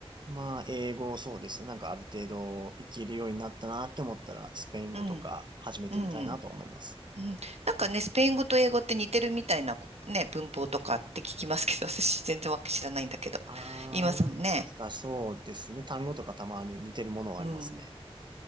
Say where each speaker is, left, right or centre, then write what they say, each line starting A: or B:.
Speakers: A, on the right; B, on the right.
A: まあ、英語そうですね。なんかある程度いけるようになったなって思ったら、スペイン語とか始めてみたいなと思います。
B: うん、うん。うん、なんかね、スペイン語と英語って似てるみたいなこね、文法とかって聞きますけど、<laughs> 私全然わけ知らないんだけど。
A: あー、
B: 言いますもんね。
A: なんかそうですね。単語とかたまに似てるものはありますね。
B: うん。